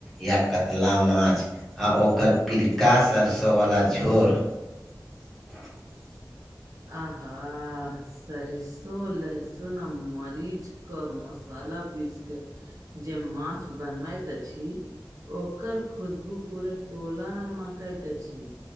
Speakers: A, in the centre; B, on the right.
A: या कतला माछ आ ओकर पिरिका सरसों वला झोर अ <inaudible>
B: आहा सरिसो लहसुन आ मरीच क मसाला पीस क जे माछ बनबैत अछि ओकर खुशबू पूरा टोलामे मकैत अछि